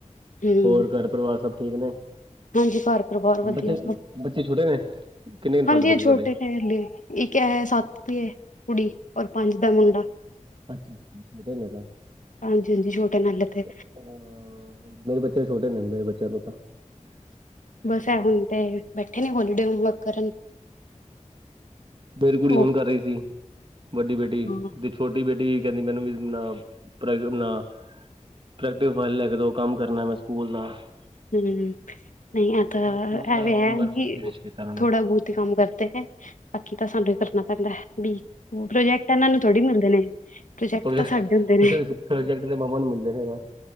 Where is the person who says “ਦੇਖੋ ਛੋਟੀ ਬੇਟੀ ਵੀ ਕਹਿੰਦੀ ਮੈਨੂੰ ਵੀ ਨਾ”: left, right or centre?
Right